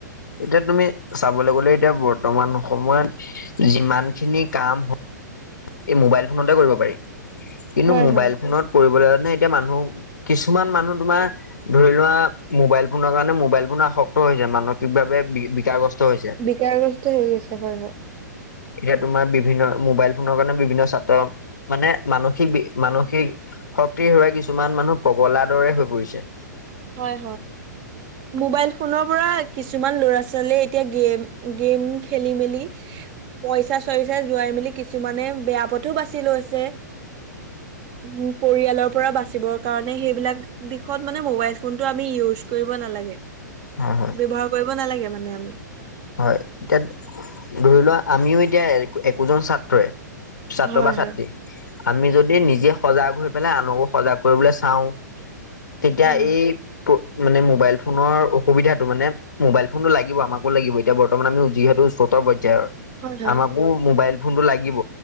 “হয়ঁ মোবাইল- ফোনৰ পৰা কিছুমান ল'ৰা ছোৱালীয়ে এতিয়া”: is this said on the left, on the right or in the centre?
Right